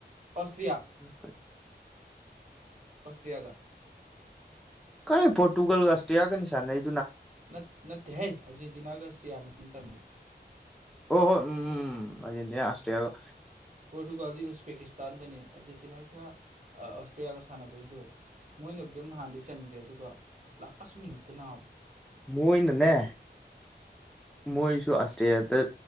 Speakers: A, on the right; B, in the centre.
A: ꯑꯁꯇ꯭ꯔꯤꯌꯥ
B: ꯀ <inaudible>
A: ꯑꯁꯇꯔꯤꯌꯥꯒ
B: ꯀꯥꯏ ꯄꯣꯔꯇꯨꯒꯜꯒ ꯑꯁꯇꯔꯤꯌꯥꯒꯅꯤ ꯁꯥꯟꯅꯩ
A: ꯅꯠ ꯅꯠꯇꯦꯍꯩ ꯑꯔꯖꯦꯟꯇꯤꯅꯥꯒ ꯑꯁꯇꯔꯤꯌꯥꯅꯤ ꯇꯥꯃꯤꯟꯅꯩꯗꯣ
B: ꯑꯣ ꯍꯣꯏ ꯎꯝ ꯎꯝ ꯑꯔꯖꯦꯟꯇꯤꯅꯥ ꯑꯁꯇ꯭ꯔꯤꯌꯥꯒ
A: ꯄꯣꯔꯇꯨꯒꯥꯜꯗꯤ ꯎꯖꯕꯦꯀꯤꯁꯇꯥꯟꯒꯅꯤ ꯑꯥꯔꯖꯦꯟꯇꯤꯅꯥꯒ ꯑꯁꯇ꯭ꯔꯤꯌꯥꯒ ꯁꯥꯟꯅꯕꯩꯗꯨ ꯃꯣꯏꯅꯕꯨꯗꯤ ꯑꯃ ꯍꯥꯟꯗꯤ ꯆꯟꯒꯔꯦ ꯑꯗꯨꯒ ꯂꯥꯁ ꯃꯤꯅꯠꯇꯨꯅ
B: ꯃꯣꯏꯅꯅꯦ ꯃꯣꯏꯁꯨ ꯑꯁꯇꯔꯤꯌꯥꯗ